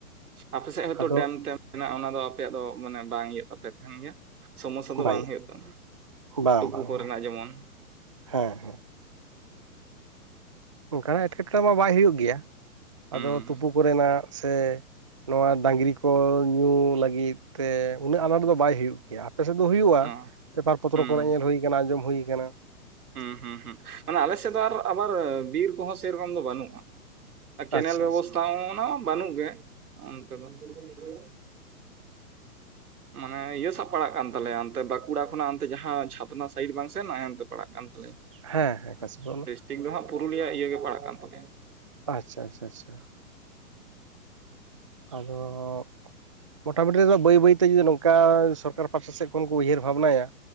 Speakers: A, on the right (about 75°); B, on the right (about 20°).
A: ᱟᱯᱮᱥᱮᱱ ᱦᱚᱛᱚᱜ
B: ᱟᱫᱚ
A: ᱰᱮᱢ ᱛᱮᱱ ᱢᱮᱱᱟᱜᱼᱟ ᱚᱱᱟ ᱫᱚ ᱟᱯᱮᱭᱟᱜ ᱫᱚ ᱢᱟᱱᱮ ᱵᱟᱝ ᱤᱭᱟᱹ ᱛᱟᱯᱮ ᱛᱟᱦᱮᱱ ᱜᱮᱭᱟ ᱾ ᱥᱚᱢᱚᱥᱥᱟ ᱫᱚ
B: ᱵᱟᱭ
A: ᱵᱟᱝ ᱦᱩᱭᱩᱜ ᱛᱟᱢᱟ
B: ᱵᱟᱝ
A: ᱛᱩᱯᱩ
B: ᱵᱟᱝ
A: ᱠᱚᱨᱮᱱᱟᱜ ᱡᱮᱢᱚᱱ
B: ᱦᱮᱸ ᱦᱮᱸ ᱚᱱᱠᱟᱱᱟᱜ ᱮᱴᱠᱮᱴᱬᱮ ᱢᱟ ᱵᱟᱭ ᱦᱩᱭᱩᱜ ᱜᱮᱭᱟ
A: ᱦᱩᱸ
B: ᱟᱫᱚ ᱛᱩᱯᱩ ᱠᱚᱨᱮᱱᱟᱜ ᱾ ᱥᱮ ᱱᱚᱶᱟ ᱰᱟᱝᱨᱤᱠ ᱠᱚ ᱧᱩ ᱞᱟᱹᱜᱤᱫ ᱛᱮ ᱩᱱᱟᱹᱜ ᱟᱱᱟᱴ ᱫᱚ ᱵᱟᱭ ᱦᱩᱭᱩᱜ ᱜᱮᱭᱟ ᱾ ᱟᱯᱮᱥᱮᱫ ᱫᱚ ᱦᱩᱭᱩᱜᱼᱟ
A: ᱚ
B: ᱯᱮᱯᱟᱨ ᱯᱚᱛᱨᱚ
A: ᱦᱩᱸ
B: ᱠᱚᱨᱮ ᱧᱮᱞ ᱦᱩᱭ ᱟᱠᱟᱱᱟ ᱟᱸᱡᱚᱢ ᱦᱩᱭ ᱟᱠᱟᱱᱟ ᱾
A: ᱦᱩᱸ ᱦᱩᱸ ᱦᱩᱸ ᱢᱟᱱᱮ ᱟᱞᱮ ᱥᱮᱫ ᱫᱚ ᱟᱫᱳ ᱟᱵᱟᱨ ᱵᱤᱨ ᱠᱚᱦᱚᱸ ᱥᱮ ᱨᱚᱠᱚᱢ ᱫᱚ ᱵᱟᱹᱱᱩᱜᱼᱟ ᱾ ᱟᱨ ᱠᱮᱱᱮᱞ
B: ᱟᱪᱪᱷᱟ
A: ᱵᱮᱵᱚᱥᱛᱷᱟ
B: ᱟᱪᱪᱷᱟ
A: ᱦᱚᱸ ᱚᱱᱟ ᱦᱚᱸ ᱵᱟᱹᱱᱩᱜ ᱜᱮ ᱚᱱᱛᱮ ᱫᱚ ᱾ <unintelligible> ᱢᱟᱱᱮ ᱤᱭᱟᱹ ᱥᱟᱣᱵ ᱯᱲᱟᱜ ᱠᱟᱱ ᱛᱟᱞᱮᱭᱟ ᱛᱮ ᱵᱟᱸᱠᱩᱲᱟ ᱠᱷᱚᱱᱟᱜ ᱚᱱᱛᱮ ᱡᱟᱦᱟᱸ ᱪᱷᱟᱛᱱᱟ ᱥᱟᱭᱤᱰ ᱵᱟᱝ ᱥᱮᱱ ᱮᱱᱟ, ᱚᱱᱛᱮ ᱯᱟᱲᱟᱜ ᱠᱟᱱ ᱛᱟᱞᱮᱭᱟ
B: ᱦᱮᱸ ᱦᱮᱸ ᱠᱟᱥᱤ ᱵᱩᱞ....
A: ᱴᱷᱤᱠ ᱫᱚ ᱦᱟᱸᱜ ᱯᱩᱨᱩᱞᱤᱭᱟᱹ ᱤᱭᱟᱹ ᱜᱮ ᱯᱟᱲᱟᱜ ᱠᱟᱱ ᱛᱟᱦᱞᱮᱭᱟ
B: ᱟᱪᱪᱷᱟ ᱟᱪᱪᱷᱟ ᱟᱪᱪᱷᱟ ᱟᱫᱳ.... ᱢᱚᱴᱟᱢᱩᱴᱤ ᱨᱮ ᱫᱳ ᱵᱟᱹᱭ ᱵᱟᱹᱭᱛᱮ ᱡᱩᱫᱤ ᱱᱚᱝᱠᱟ ᱥᱚᱨᱠᱟᱨ ᱯᱟᱥᱴᱟ ᱥᱮᱫ ᱠᱷᱚᱱ ᱠᱚ ᱩᱭᱦᱟᱹᱨ ᱵᱷᱟᱵᱽᱱᱟᱭᱟ